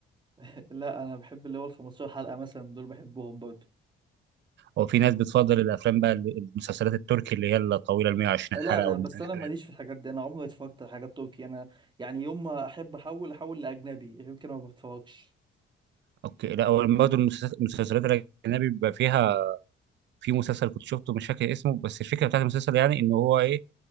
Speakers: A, on the right; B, on the right.
A: <laughs> لا انا بحب اللي هو ال 15 حلقة مثلا دول بحبهم برضو
B: هو في ناس بتفضل الافلام بقى اللي- المسلسلات التركي اللي هي الطويله ال 120
A: آه، لا
B: حلقه
A: لا
B: او 200
A: بس انا ماليش
B: حلقه دي.
A: في الحاجات دي انا عمري ما اتفرجت على حاجات تركي انا يعني يوم ما احب احول احول لاجنبي غير كده ما بتفرجش
B: اوكي لا هو برضه المسلس- المسلسلات الاجنبي بيبقى فيها في مسلسل كنت شفته مش فاكر اسمه بس الفكره بتاعت المسلسل يعني ان هو ايه